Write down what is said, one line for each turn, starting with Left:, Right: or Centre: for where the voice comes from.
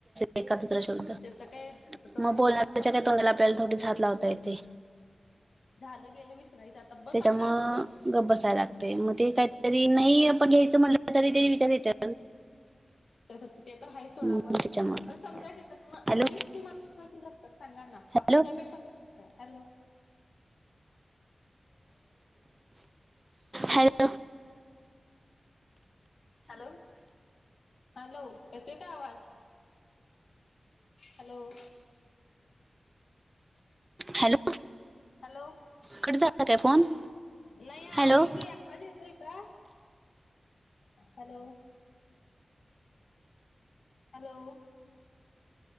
Right: एका दुसरा शोब
Left: त्याचं काय आता
Right: मग
Left: तसं
Right: बोल
Left: होत असं
Right: मला आपल्याला थोडीच हात लावता येथे
Left: झालं गेलं विसरायचं आता बस
Right: त्याच्यामुळ
Left: समजा दोन
Right: ग बसायला लागतय, मग ते काहीतरी नाही आपण घ्यायचं म्हटलं, तरी ते- ेत <unintelligible>
Left: त्यास ते तर आहेा सोडा
Right: मग
Left: पण
Right: त्याच्यामुळं
Left: पण समजा कि त नाहीच
Right: हॅलो
Left: ती <unintelligible> तात सांगाना
Right: हॅलो
Left: आपण त्यापेक्षा <unintelligible> हॅलो?
Right: Hello <unintelligible>
Left: hello? हॅलो, येतोय काय आवाज? हॅलो?
Right: हॅलो?
Left: हॅलो?
Right: कट झाला काय फोन?
Left: नाय आहे
Right: हॅलो
Left: की- आवाज येतोय का? हॅलो? हॅलो?